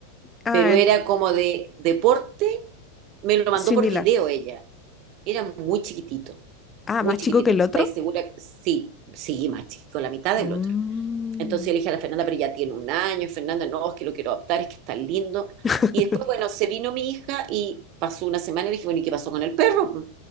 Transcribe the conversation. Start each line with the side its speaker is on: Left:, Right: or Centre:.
Left: ah,
Right: pero era como de deporte, me lo mandó
Left: similar.
Right: por video ella, era muy chiquitito.
Left: Ah,
Right: muy
Left: más
Right: chiquitito.
Left: chico que el
Right: Y dije,
Left: otro.
Right: ¿estáis segura? Sí, sí, más chico, la mitad del
Left: Mm,
Right: otro. Entonces yo le dije a la Fernanda, pero ya tiene un año, Fernanda, no, es que lo quiero adoptar, es que está lindo.
Left: <laughs>
Right: Y después, bueno, se vino mi hija y pasó una semana y le dije, bueno, ¿y qué pasó con el perro?